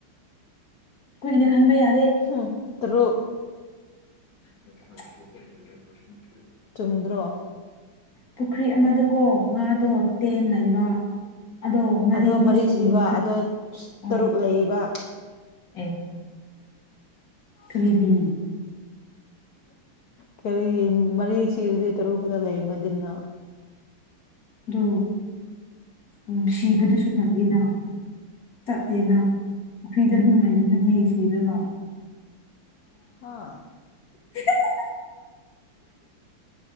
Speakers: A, on the left (about 45°); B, on the left (about 70°).
A: ꯀꯨꯏꯅ ꯈꯟꯕ ꯌꯥ
B: ꯎꯝ ꯇ꯭ꯔꯨ
A: <unintelligible>
B: ꯆꯨꯝꯗ꯭ꯔꯣ
A: ꯄꯨꯈ꯭ꯔꯤ ꯑꯃꯗꯀꯣ ꯉꯥꯗꯣ ꯇꯦꯟ ꯂꯩꯕ ꯑꯗꯣ ꯉꯔꯤꯗꯤ
B: ꯑꯗꯣ ꯃꯔꯤ
A: ꯁꯤꯈꯦ
B: ꯁꯤꯕ ꯑꯗꯣ
A: ꯎ
B: ꯇꯔꯨꯛ ꯂꯩꯌꯦꯕ
A: ꯑꯦ ꯊ꯭ꯔꯤꯗꯤ
B: ꯀꯔꯤ ꯃꯔꯤ ꯁꯤꯔꯤꯁꯦ ꯇꯔꯨꯛ ꯈꯛꯇ ꯂꯩ ꯃꯗꯤꯟꯅ
A: ꯑꯣ ꯎ ꯁꯤꯕꯗꯨꯁꯨ ꯂꯩꯉꯅ ꯆꯠꯇꯦꯅ ꯄꯨꯈ꯭ꯔꯤꯗ ꯑꯗꯨꯝ ꯂꯩꯕꯗꯨꯗꯤ ꯁꯤꯔꯀꯣ
B: ꯍꯥꯥ
A: <unintelligible>